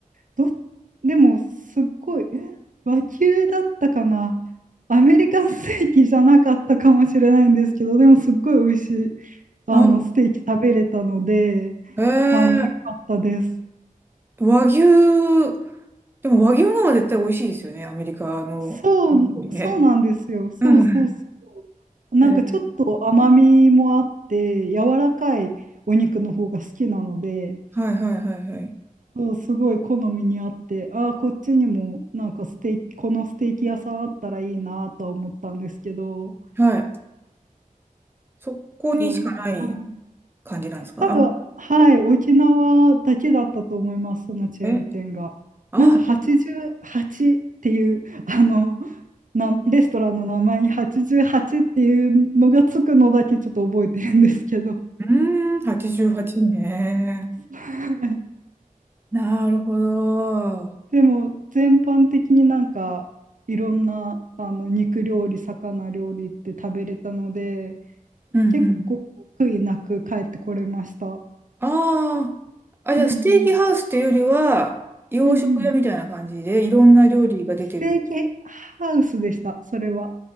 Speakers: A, on the right; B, on the right.
A: ど、でも、すっごい、え和牛だったかなアメリカンステーキじゃなかったかもしれないんですけど、でも、すっごい美味しい、あの、
B: あ、
A: ステーキ食べれたので、
B: え
A: あの、良かったです。
B: ー、和牛、でも和牛の方が絶対美味しいですよね、アメリカの料理ね。
A: そう、そうなんですよ。そうそうそ
B: うんうん。
A: う。なんかちょっと甘みもあって、
B: えー
A: 柔らかいお肉の方が好きなので、
B: はいはいはいはい。
A: そう、すごい好みにあって、ああ、こっちにもなんかステーキ、このステーキ屋さんあったらいいなとは思ったんですけど、
B: はい。そこにしかない
A: そう。はい。
B: 感じなんですかあ、
A: 多分、はい、沖縄だけだったと思います、そのチェーン店が。
B: え、あ、
A: なんか88っていう、あの、なレストランの名前に88っていうのがつくのだけちょっと覚えてるんですけど。
B: うーん、88ね。
A: はい
B: なるほど。
A: でも、全般的になんか、いろんな、あの、肉料理、魚料理って食べれたので、
B: うんうん。
A: 結構、悔いなく帰ってこれました。
B: ああ。あ、じゃあ、
A: うんうん。
B: ステーキハウスっていうよりは、洋食屋みたいな感じで、
A: うんうん。
B: いろんな料理が出てる。
A: ステーキハウスでした、それは。